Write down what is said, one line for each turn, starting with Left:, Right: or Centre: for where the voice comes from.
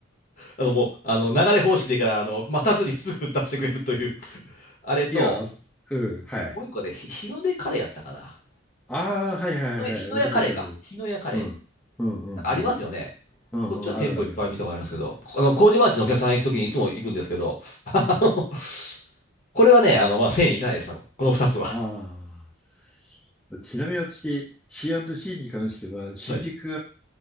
Left: あの、もう、あの、流れ方式でから、あの、待たずにすぐ出してくれるという <laughs> あれと、
Centre: いや、うん、はい。
Left: もう一個で、ひ日の出カレーやったかな。
Centre: ああ、はいはいはいわかるわかる。
Left: 日のや、日の屋カレーか。日の屋カレー。
Centre: うん。うんうんうん。
Left: なんかありますよね。
Centre: うんうん、
Left: こっちは店舗いっぱい見たことありますけど、
Centre: あるあるある。
Left: こあの、麹町のお客さん行くときにいつも行くんですけど、<laughs> あの
Centre: うん。
Left: これはね、あの、まあ、1000円いかないです、多分。この2つは。
Centre: ああ。ちなみに私、C&C に関しては、新宿
Left: はい。